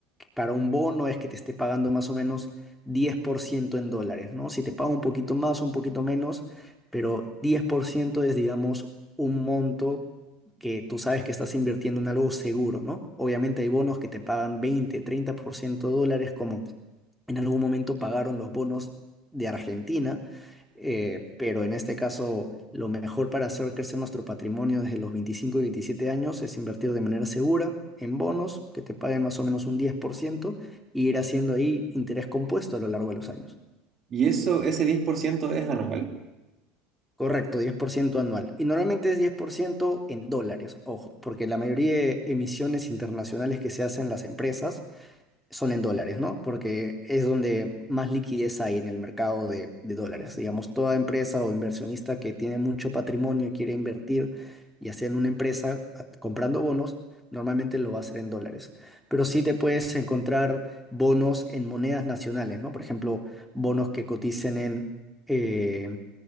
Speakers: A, in the centre; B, on the right.
A: para un bono es que te esté pagando más o menos 10% en dólares, ¿no? Si te paga un poquito más, un poquito menos, pero 10% es, digamos, un monto que tú sabes que estás invirtiendo en algo seguro, ¿no? Obviamente hay bonos que te pagan veinte, treinta por ciento dólares, como en algún momento pagaron los bonos de Argentina eh, pero en este caso, lo mejor para hacer crecer nuestro patrimonio desde los 25 y 27 años es invertir de manera segura en bonos que te paguen más o menos un 10% y ir haciendo ahí interés compuesto a lo largo de los años.
B: Y eso, ese 10% es anual.
A: Correcto, 10% anual. Y normalmente es 10% en dólares, ojo, porque la mayoría de emisiones internacionales que se hacen las empresas son en dólares, ¿no? Porque es donde más liquidez hay en el mercado de, de dólares. Digamos, toda empresa o inversionista que tiene mucho patrimonio y quiere invertir, ya sea en una empresa a- comprando bonos, normalmente lo va a hacer en dólares. Pero sí te puedes encontrar bonos en monedas nacionales, ¿no? Por ejemplo, bonos que coticen en eh,